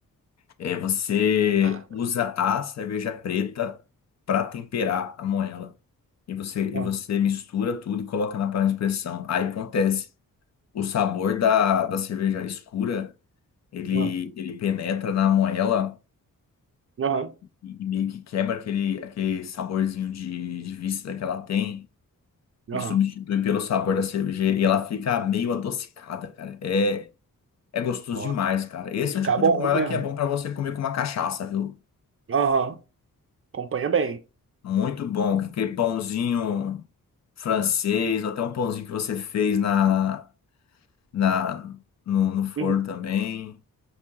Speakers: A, on the left; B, on the right.
A: É, você
B: Ah,
A: usa a cerveja preta para temperar a moela. E você, e
B: ah,
A: você mistura tudo e coloca na panela de pressão. Aí acontece. o sabor da, da cerveja escura, ele,
B: ah,
A: ele penetra na moela
B: Aham,
A: e, e meio que quebra aquele, aquele saborzinho de, de víscera que ela tem e
B: aham.
A: substitui pelo sabor da cerveja e ela fica meio adocicada, cara. É, é gostoso
B: Ó,
A: demais, cara.
B: vai
A: Esse
B: ficar
A: é o tipo
B: bom
A: de moela
B: mesmo.
A: que é bom pra você comer com uma cachaça, viu?
B: Aham, acompanha bem.
A: Muito bom. Aquele pãozinho francês, ou até um pãozinho que você fez na, na, no, no forno
B: Uhum.
A: também.